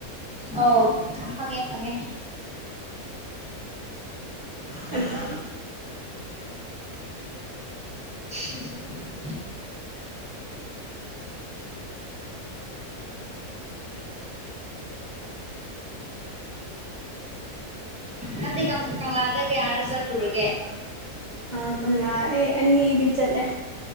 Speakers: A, in the centre; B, on the right.
A: ꯑꯥꯎ ꯐꯪꯉꯦ ꯐꯪꯉꯦ
B: ꯑꯖ
A: <inaudible> ꯅꯗꯤ ꯀꯪ ꯀꯗꯒ ꯌꯥꯔ ꯆꯟ ꯎꯔꯒꯦ
B: ꯑ ꯀꯃꯂꯥ ꯑꯦ ꯑꯅꯤ ꯏꯗꯤ ꯆꯠꯂꯦ